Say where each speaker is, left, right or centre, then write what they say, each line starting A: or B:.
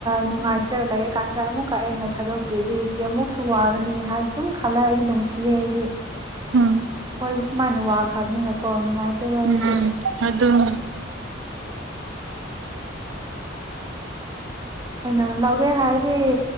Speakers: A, on the right; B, on the right.
A: ꯅꯨꯡꯉꯥꯏꯇ꯭ꯔꯒ ꯂꯩꯔꯀꯥꯟꯗ ꯑꯃꯨꯛꯀ ꯑꯩꯅ ꯊꯥꯗꯣꯛꯄꯤꯔꯤꯗꯤ ꯀꯌꯥꯃꯨꯛꯁꯨ ꯋꯥꯒꯅꯤ ꯍꯥꯏ ꯑꯗꯨꯝ ꯈꯜꯂꯒꯗꯤ ꯅꯨꯡꯁꯤ ꯗꯤ ꯑꯩꯈꯣꯏ
B: ꯎꯝ
A: ꯃꯟꯋꯥ ꯈꯕꯅꯤꯅꯀꯣ ꯅꯨꯡꯉꯥꯏꯇꯦꯕ ꯑꯩꯗꯤ
B: ꯎꯝ ꯑꯗꯨꯅꯤ
A: ꯀꯩꯅꯣ ꯂꯧꯒꯦ ꯍꯥꯏꯗꯤ